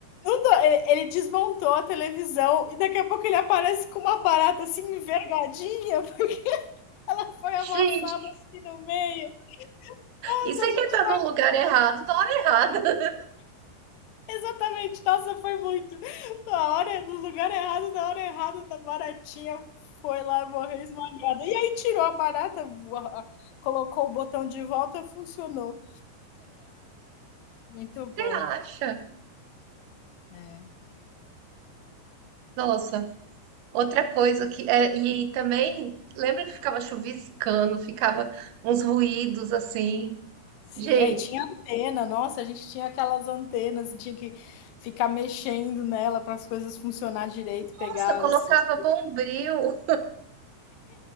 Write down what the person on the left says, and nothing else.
Não tô- ele- desmontou a televisão e daqui a pouco ele aparece com uma barata assim envergadinha. <laughs> Ela foi amassada
assim no meio. Nossa,
a
gente
Exatamente, nossa, foi muito. Na hora no lugar errado, na hora errada, da baratinha foi lá, morreu esmagada. E aí tirou a barata, voa colocou o botão de volta, funcionou. Muito bom.
É,
sim,
aí tinha antena, nossa, a gente tinha aquelas antenas, tinha que ficar mexendo nela para as coisas funcionar direito,
pegar
as as